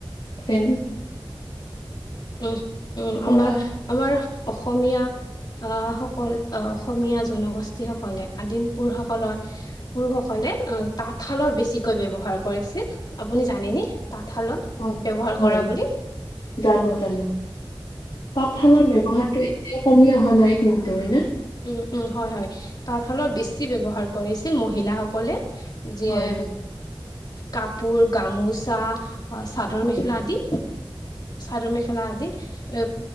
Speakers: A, on the left (about 65°); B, on the left (about 50°).
A: এন
B: উম, উম
A: পৰা
B: আমাৰ আমাৰ অসমীয়া আ সকল অসমীয়া জনগোষ্ঠীসকলে আদিম পুৰুষসকলৰ, পুৰুষসকলে তাঁতশালৰ বেছিকৈ ব্যৱহাৰ কৰিছিল আপুনি জানানে তাতঁশালত
A: হয়
B: ব্যৱহাৰ
A: হয়
B: কৰা বুলি
A: জানো
B: উম
A: জানো তাঁতশালৰ ব্যৱহাৰটো এতিয়া কমি অহা নাই কিন্তু হয়নে?
B: উম-উম, হয়-হয় তাঁতশালৰ বেছি ব্যৱহাৰ কৰিছিল মহিলাসকলে যিয়ে
A: হয় হয়
B: কাপোৰ, গামোচা অ চাদৰ
A: হয়
B: মেখেলা আদি, চাদৰ মেখেলা আদি, এ